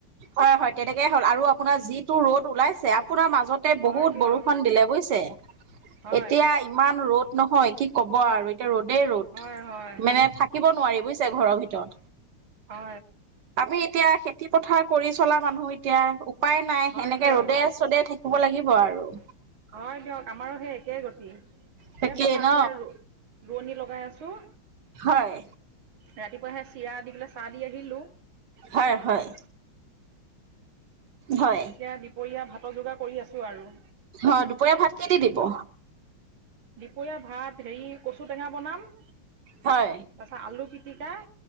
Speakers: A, on the right; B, on the right.
A: হয় হয় তেনেকে হ'ল আৰু আপোনাৰ যিটো ৰ'দ ওলাইছে। আপোনাৰ মাজত
B: হয়
A: বহুত
B: দিয়ক
A: বৰষুণ দিলে বুজিছে।
B: হয়
A: এতিয়া ইমান ৰ'দ নহয় কি ক'ব আৰু এতিয়া ৰ'দেই ৰ'দ
B: হয় হয়
A: মানে থাকিব নোৱাৰি বুজিছে ঘৰৰ ভিতৰত।
B: অ।
A: আমি এতিয়া খেতি পথাৰ কৰি চলা মানুহ এতিয়া। উপায় নাই
B: হয়
A: এনেকে
B: দিয়ক
A: ৰ'দে- চ'দে থাকিব লাগিব আৰু।
B: হয় দিয়ক আমাৰো সেই একেই গতি সেই
A: তাকেই
B: পথাৰটোহে
A: ন
B: ৰু ৰোৱনী লগাই আছোঁ।
A: হয়।
B: ৰাতিপুৱা সে চিৰা দি পেলাই চাহ দি আহিলোঁ।
A: হয় হয়। হয়
B: এতিয়া দুপৰীয়া ভাতৰ যোগাৰ কৰি আছো আৰু।
A: অ দুপৰীয়া ভাত কি দি দিব?
B: দুপৰীয়া ভাত হেৰি কচু টেঙা বনাম।
A: হয়।
B: তাৰপাছত আলু পিটিকা